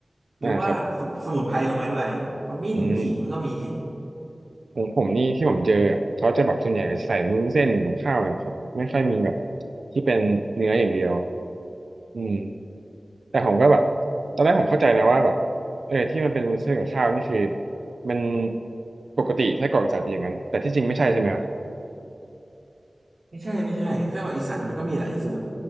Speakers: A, on the right (about 55°); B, on the right (about 80°).
A: หรือว่าสสมุนไพรลงไปด้วยขมิ้นขิงก็มี
B: อ่าครับอืมผมผมนี่ที่ผมเจออ่ะเขาจะแบบส่วนใหญ่ก็ใส่เป็นวุ้นเส้นกับข้าวเลยครับไม่ค่อยมีแบบที่เป็นเนื้ออย่างเดียวอืมแต่ผมก็แบบตอนแรกผมเข้าใจนะว่าแบบเออที่มันเป็นวุ้นเส้นกับข้าวนี่คือมันปกติไส้กรอกอีสานเป็นอย่างนั้นแต่ที่จริงไม่ใช่ใช่ไหมครับ
A: ไม่ใช่ไม่ใช่ไส้กรอกอีสานมันก็มีหลายสูตร